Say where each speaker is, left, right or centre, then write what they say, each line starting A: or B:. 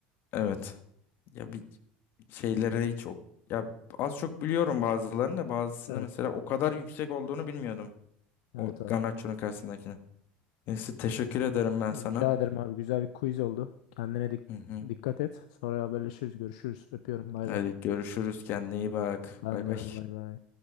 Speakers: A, on the left; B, on the left.
A: Evet. Ya bir şeylere hiç o ya az çok biliyorum bazılarını da bazısını
B: Evet.
A: mesela o kadar yüksek olduğunu bilmiyordum. O
B: Evet
A: Garnaccio'nun
B: abi.
A: karşısındakini. Neyse teşekkür ederim ben sana.
B: Rica ederim abi. Güzel bir quiz oldu. Kendine dik-
A: Hı hı.
B: dikkat et. Sonra haberleşiriz. Görüşürüz. Öpüyorum. Bay
A: Hadi
B: bay.
A: görüşürüz kendine iyi bak.
B: Ben
A: Bay
B: de
A: bay.
B: hadi bay bay.